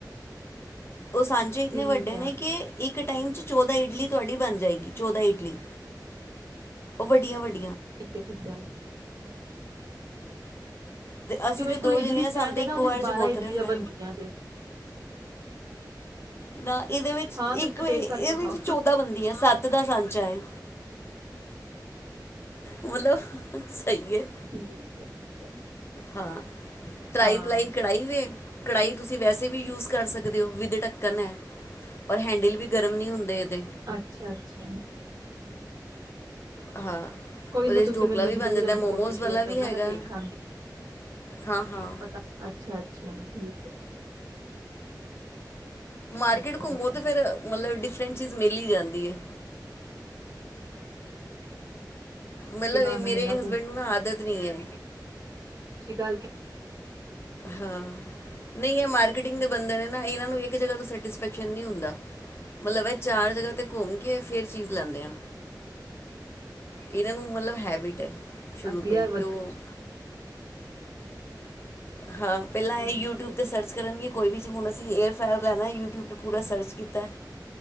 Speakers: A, on the left; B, on the right.
A: ਉਹ ਸਾਂਚੇ
B: ਠੀਕ
A: ਇੰਨੇ ਵੱਡੇ
B: ਹੈ
A: ਨੇ ਕਿ ਇੱਕ ਇੱਕ ਟਾਈਮ ਚ ਚੌਦਾਂ ਇਡਲੀ ਤੁਹਾਡੀ ਬਣ ਜਾਏਗੀ। ਚੌਦਾਂ ਇਡਲੀ। ਉਹ ਵੱਡੀਆਂ ਵੱਡੀਆਂ।
B: ਠੀਕ ਹੈ, ਠੀਕ ਹੈ।
A: ਤੇ ਅਸੀਂ
B: ਜੋ ਮੇਰੇ
A: ਤੇ ਦੋ
B: ਕੋਲ ਇਡਲੀ
A: ਜਣੇ
B: ਸਟੈਂਡ
A: ਆ ਸਾਨੂੰ ਤੇ
B: ਹੈ
A: ਇੱਕੋ
B: ਨਾ। ਉਹਦੇ
A: ਵਾਰ
B: ਚ ਬਾਰਾਂ
A: ਬਹੁਤ
B: ਇਡਲੀਆਂ
A: ਰਹਿੰਦਾ।
B: ਬਣਦੀਆਂ ਜੇ।
A: ਨਾ ਇਹਦੇ ਵਿੱਚ
B: ਹਾਂ ਤੁਸੀਂ
A: ਇੱਕ
B: ਤੇ
A: ਇਹਦੇ
B: ਪੇਟ ਭਰ ਕੇ ਖਾਓ
A: ਵਿੱਚ ਚੌਦਾਂ ਬੰਦੀ ਆ। ਸੱਤ ਦਾ ਸਾਂਚਾ ਹੈ। ਮਤਲਬ। ਸਹੀ ਹੈ।
B: ਠੀਕ ਹੈ ਠੀਕ ਹੈ
A: ਹਾਂ ਤਰਾਈ
B: ਹਾਂ
A: ਪਲਾਈ ਕਢਾਈ ਵੇ। ਕੜਾਹੀ ਤੁਸੀਂ ਵੈਸੇ ਵੀ ਯੂਜ ਕਰ ਸਕਦੇ ਡੱਕ ਦਿਉ ਵਿੱਥ ਡੱਕਣ ਡੱਕਣ ਹੈ ਔਰ ਹੈਂਡਲ ਵੀ ਗਰਮ ਨਹੀਂ ਹੁੰਦੇ ਇਹਦੇ।
B: ਅੱਛਾ ਅੱਛਾ
A: ਹਾਂ
B: ਕੋਈ
A: ਉਹਦੇ
B: ਨਾ
A: 'ਚ
B: ਤੁਸੀਂ
A: ਢੋਕਲਾ
B: ਮੈਨੂੰ
A: ਵੀ
B: ਜਰੂਰ
A: ਬਣ ਜਾਂਦਾ
B: ਇਹਦੀ
A: ਮੋਮੋਸ
B: ਫੋਟੋ
A: ਵਾਲਾ
B: ਸ਼ੇਅਰ
A: ਵੀ
B: ਕਰਨਾ।
A: ਹੈਗਾ
B: ਮੈਂ ਦੇਖਾਂਗੀ
A: ਹਾਂ ਹਾਂ
B: ਪਤਾ, ਅੱਛਾ ਅੱਛਾ ਠੀਕ ਹੈ।
A: ਮਾਰਕਿਟ
B: ਚਲੋ
A: ਘੁੰਮੋ
B: ਵਧੀਆ
A: ਤੇ ਫੇਿਰ ਮਤਲਬ ਡਿਫਰੈਂਟ ਚੀਜ਼ ਮਿਲ ਜਾਂਦੀ ਹੈ। ਮਤਲਬ,
B: ਕ
A: ਇਹ ਮੇਰੇ
B: ਮੈਂ ਇੰਨਾ
A: ਹਸਬੈਂਡ ਨੂੰ ਨਾ ਆਦਤ ਨੀ ਹੈ।
B: ਸਤਿ ਸ਼੍ਰੀ ਅਕਾਲ
A: ਹਾਂ ਨਹੀਂ, ਇਹ ਮਾਰਕੀਟਿੰਗ ਦੇ ਬੰਦੇ ਨੇ ਨਾ ਇਹਨਾਂ ਇੱਕ ਜਗ੍ਹਾ ਤੋਂ ਸੈਟਿਸਫੈਕਸ਼ਨ ਨਹੀਂ ਹੁੰਦਾ। ਮਤਲਬ ਇਹ ਚਾਰ ਜਗ੍ਹਾ ਤੇ ਘੁੰਮ ਕੇ ਫਿਰ ਚੀਜ਼ ਲੈਂਦੇ ਹਾਂ ਇਹਨਾਂ ਨੂੰ ਮਤਲਬ ਹੈਬਿਟ ਹੈ। ਸ਼ੁਰੂ
B: ਵਧੀਆ
A: ਤੋਂ ਹੀ ਅਤੇ ਉਹ ਹਾਂ, ਪਹਿਲਾਂ
B: ਠੀਕ
A: ਇਹ ਯੂਟਿਊਬ
B: ਹੈ
A: ਤੇ
B: ਜੀ
A: ਸਰਚ ਕਰਨਗੇ ਕੋਈ ਵੀ ਹੁਣ ਅਸੀਂ ਏਅਰ ਫੈਅਰ ਲੈਣਾ ਯੂਟਿਊਬ 'ਤੇ ਪੂਰਾ ਸਰਚ ਕੀਤਾ